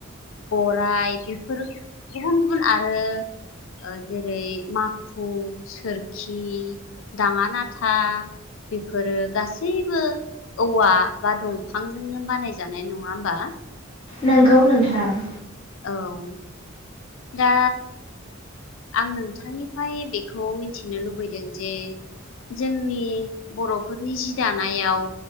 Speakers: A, on the left; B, on the left.
A: गराय बेफोर गुबुन गुबुन आरो ओ जेरै माखु सोरखि दाङा नाथा बेफोरो गासैबो औवा बा दंफांजोंनो बानायजा नाय नङा होमबा?
B: नंगौ नोंथां ।
A: औ । दा आं नोंथांनिफ्राय बेखौ मिथिनो लुबैदों जे जोंनि बर'फोरनि जि दानायाव